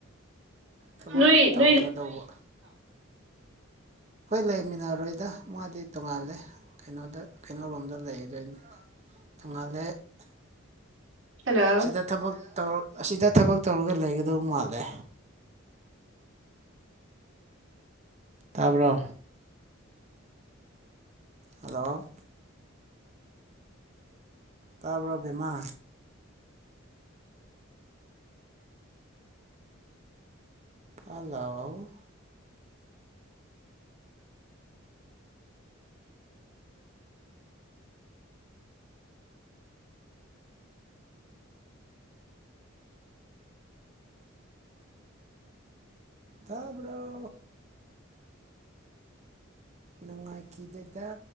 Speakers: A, on the right (about 35°); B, on the right (about 65°).
A: ꯊꯕꯛ
B: ꯅꯣꯏ
A: ꯇꯧꯒꯗꯧꯕ
B: ꯅꯣꯏ
A: ꯑꯈꯣꯏ ꯂꯩꯃꯤꯟꯅꯔꯣꯏꯗ ꯃꯥꯗꯤ ꯇꯣꯡꯉꯥꯜꯂꯦ ꯀꯩꯅꯣꯗ ꯀꯩꯅꯣꯔꯣꯝꯗ ꯂꯩꯗꯣꯏꯅꯦ ꯇꯣꯡꯉꯥꯜꯂꯦ
B: ꯍꯜꯂꯣ
A: ꯁꯤꯗ ꯊꯕꯛ ꯇꯧꯔ ꯑꯁꯤꯗ ꯊꯕꯛ ꯇꯧꯔꯒ ꯂꯩꯒꯗꯧ ꯃꯥꯜꯂꯦ ꯇꯥꯕ꯭ꯔꯣ ꯍꯜꯂꯣ ꯇꯥꯕꯔꯣ ꯕꯦꯝꯃꯥ ꯍꯜꯂꯣ ꯇꯥꯕꯔꯣ ꯅꯪꯡꯉꯥꯏꯈꯤꯗꯦꯗ